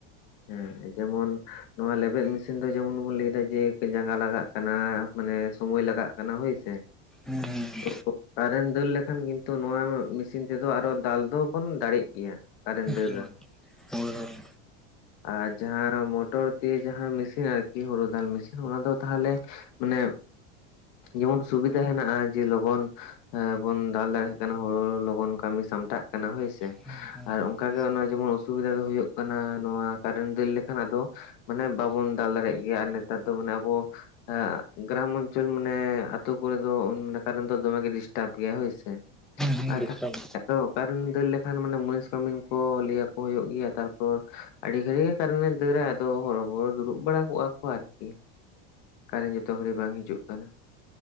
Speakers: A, on the left; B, in the centre.
A: ᱦᱮᱸ ᱡᱮᱢᱚᱱ ᱱᱚᱣᱟ ᱞᱮᱵᱮᱫ ᱢᱮᱥᱤᱱ ᱫᱚ ᱡᱮᱢᱚᱱ ᱵᱚᱱ ᱞᱟᱹᱭ ᱮᱟ ᱡᱮ ᱡᱟᱸᱜᱟ ᱞᱟᱜᱟᱜ ᱠᱟᱱᱟ ᱢᱟᱱᱮ ᱥᱳᱚᱢᱚᱭ ᱞᱟᱜᱟᱜ ᱠᱟᱱᱟ ᱦᱳᱭᱥᱮ
B: ᱦᱮᱸ ᱦᱩᱸ
A: <unintelligible> ᱠᱟᱨᱮᱱ ᱫᱟᱹᱲ ᱞᱮᱠᱷᱟᱱ ᱠᱤᱱᱛᱩ ᱱᱚᱣᱟ ᱢᱤᱥᱤᱱ ᱛᱮᱫᱚ ᱟᱨᱚ ᱫᱟᱞ ᱫᱚᱵᱚᱱ ᱫᱟᱲᱮᱜ ᱜᱮᱭᱟ ᱠᱟᱨᱮᱱ ᱫᱟᱹᱲ
B: ᱦᱳᱭ
A: ᱨᱮᱸᱦᱚᱸ
B: ᱦᱳᱭ
A: ᱟᱨ ᱡᱟᱦᱟᱸ ᱢᱚᱴᱚᱨ ᱫᱤᱭᱮ ᱡᱟᱦᱟᱸ ᱢᱮᱥᱤᱱ ᱟᱨᱠᱤ ᱦᱩᱲᱩ ᱫᱟᱞ ᱢᱮᱥᱤᱱ ᱚᱱᱟ ᱫᱚ ᱛᱟᱦᱟᱞᱮ ᱢᱟᱱᱮ ᱡᱮᱢᱚᱱ ᱥᱩᱵᱤᱫᱷᱟ ᱦᱮᱱᱟᱜᱼᱟ ᱡᱮ ᱞᱚᱜᱚᱱ ᱦᱮᱸ ᱵᱚᱱ ᱫᱟᱞ ᱫᱟᱲᱮᱭᱟᱜ ᱠᱟᱱᱟ <unintelligible> ᱞᱚᱜᱚᱱ ᱠᱟᱹᱢᱤ ᱥᱟᱢᱴᱟᱜ ᱠᱟᱱᱟ ᱦᱳᱭᱥᱮ
B: ᱦᱮᱸ
A: ᱟᱨ ᱚᱱᱠᱟᱜᱮ ᱚᱱᱟ ᱡᱮᱢᱚᱱ ᱚᱥᱩᱵᱤᱫᱷᱟ ᱫᱚ ᱦᱩᱭᱩᱜ ᱠᱟᱱᱟ ᱱᱚᱣᱟ ᱠᱟᱨᱮᱱ ᱫᱟ. ᱞ ᱞᱮᱠᱷᱱ ᱟᱫᱚ ᱢᱟᱱᱮ ᱵᱟᱵᱚᱱ ᱫᱟᱞ ᱫᱟᱲᱮᱭᱟᱜ ᱜᱮᱭᱟ ᱟᱨ ᱱᱮᱛᱟᱨ ᱫᱚ ᱢᱟᱱᱮ ᱟᱵᱚ ᱮᱟᱻ ᱜᱨᱟᱢ ᱚᱧᱪᱚᱞ ᱢᱟᱱᱮ ᱟᱹᱛᱩ ᱠᱚᱨᱮ ᱫᱚ ᱚᱱᱠᱟ ᱨᱮ ᱫᱚ ᱫᱚᱢᱮᱜᱮ ᱰᱤᱥᱴᱟᱵ ᱜᱮᱭᱟ ᱦᱳᱭᱥᱮ,
B: ᱦᱮᱸ
A: ᱟᱨ
B: ᱰᱤᱥᱴᱟᱵ
A: ᱛᱷᱟ ᱟᱫᱚ ᱚᱠᱟ ᱨᱮᱱ ᱫᱟᱹᱲ ᱞᱮᱠᱷᱟᱱ ᱢᱟᱱᱮ ᱢᱩᱱᱤᱥ ᱠᱟᱹᱢᱤᱱ ᱠᱚ ᱞᱟᱹᱭ ᱟᱠᱚ ᱜᱮᱭᱟ ᱦᱩᱭᱩᱜ ᱜᱮᱭᱟ ᱛᱟᱨᱯᱚᱨ ᱟᱹᱰᱤ ᱜᱷᱟᱹᱲᱤ ᱜᱮ ᱠᱟᱨᱮᱱᱮ ᱫᱟᱹᱨᱟ ᱟᱫᱚ ᱦᱚᱨᱚᱵᱚᱨᱚ ᱫᱩᱲᱩᱵ ᱵᱟᱲᱟ ᱠᱚᱜᱼᱟ ᱠᱚ ᱟᱨᱠᱤ ᱠᱟᱨᱮᱱᱴ ᱛᱚ ᱜᱷᱩᱲᱤ ᱵᱟᱝ ᱦᱤᱡᱩᱜ ᱠᱟᱱᱟ,